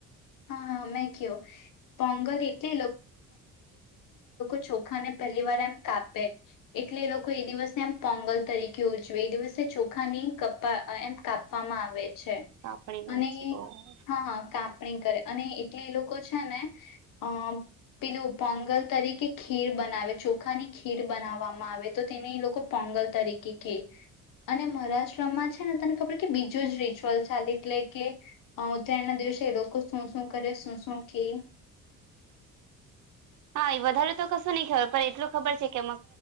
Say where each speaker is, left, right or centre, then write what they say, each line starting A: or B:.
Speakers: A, on the left; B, on the right.
A: હા હા મેં કયો પોંગલ એટલે ચોખા ને પહેલીવાર એમ કાપે એટલે એ લોકો એ દિવસને એમ પોંગલ તરીકે ઉજવે એ દિવસ ચોખાની ક એમ કાપવામાં આવે. છે
B: કાપણી કરે
A: અને
B: છે ઓ
A: હા હા કાપ વાવણી કરે અને એટલે એ લોકો છે ને અ પેલું પોંગલ તરીકે ખીર બનાવે ચોખાની ખીર બનાવવામાં આવે તો તેને એ લોકો પોંગલ તરીકે કે અને મહારાશ્ટ્રમમાં છે ને તને ખબર કે બીજું જ રિચ્યુઅલ ચાલે એટલે કે ઉત્તરાયણ ના દિવસે લો શું શું કરે શું શું કે.
B: હા એ વધારે તો કશું નહી ખબર પણ એટલું ખબર છે કે